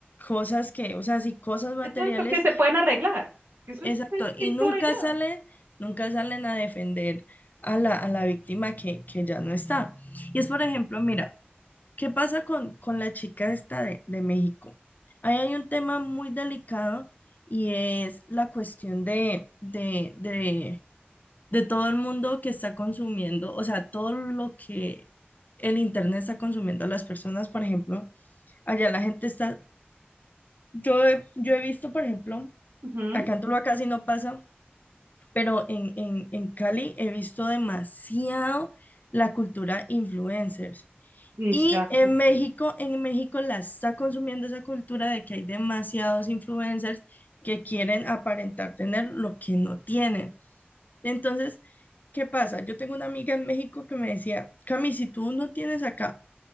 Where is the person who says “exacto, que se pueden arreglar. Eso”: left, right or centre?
Right